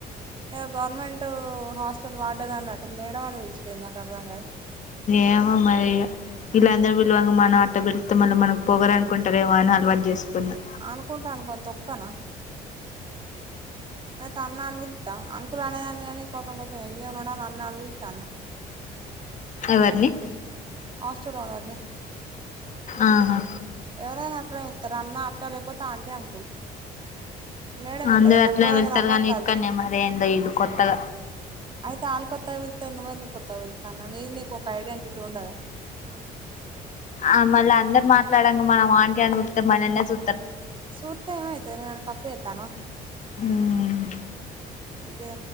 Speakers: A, on the right (about 30°); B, on the left (about 45°).
A: ఏవో గవర్నమెంటు హాస్టెల్ వార్డె న్ అన్నట్టు మేడం అని పిలుచుడేంది నాకు అర్థం కాదు
B: ఏమో మరి ఇగ వీళ్ళందరూ పిలువముగా మనమట్ట పి తె మనం మన పొగరు అనుకుంటదేమో అని అలవాటు చేసుకున్నా
A: అనుకుంటే అనుకోని తొక్కనా నే ఐత అన్నా అన్ విలత్తా అన్ కుల్ అనేదాన్ని గాని పాపం కొంచె యెంగే ఉన్నడని అన్న అను విలుత్తాన్న
B: ఎవర్ని
A: హాస్టల్ ఓనర్ ని
B: ఆహా
A: ఎవరైనా అట్లే విలుత్తరు అన్న అక్క లేపోతే ఆంటీ అంకుల్ మేడం ఏంది
B: అందురు
A: అసలు నాకు
B: అట్లనే
A: ఘోరంగా
B: విలుత్తర్
A: నవ్వొత్తాంది
B: గానీ ఇక్కడ్నే మరి ఏందో ఈల్లు కొత్తగ
A: అయితే ఆళ్ కొత్తగ విళ్తే నువ్వేందుక్ కొత్తగ విళుత్తాన్నవ్ నీది నీకు ఒక ఐడెంటిటి ఉండదా
B: ఆ మళ్ళ అందరు మాట్లాడంగ మనం ఆంటీ అని విళుత్తే మనల్నే చూ
A: సూత్తే ఏమైతది ను <unintelligible> తప్పే ఏత్తానవ
B: హూమ్
A: గే